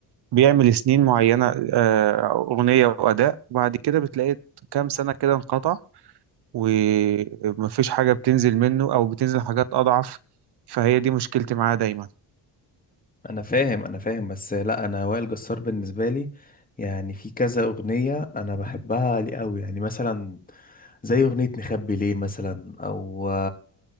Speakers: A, on the right; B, on the left.
A: بيعمل سنين معينة آه، أغنية وأداء وبعد كده بتلاقي كام سنة كده انقطع ومفيش حاجة بتنزل منه أو بتنزل حاجات أضعف فهي دي مشكلتي معاه دايما
B: انا فاهم انا فاهم بس لا انا وائل جسار بالنسبه لي يعني في كذا اغنيه انا بحبها لي قوي يعني مثلا زي اغنيه نخبي ليه مثلا او